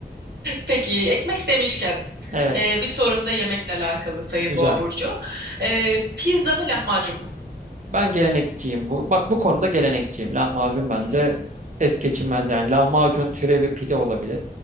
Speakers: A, on the right; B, on the right.
A: Peki ekmek demişken
B: Evet.
A: e, bir sorum da yemekle alakalı Sayın
B: Güzel.
A: Boğa Burcu. E, pizza mı lahmacun mu?
B: Ben gelenekçiyim. Bu, bak bu konuda gelenekçiyim. Lahmacun bence
A: Hı hı.
B: es geçilmez yani. Lahmacun türevi bir pide olabilir.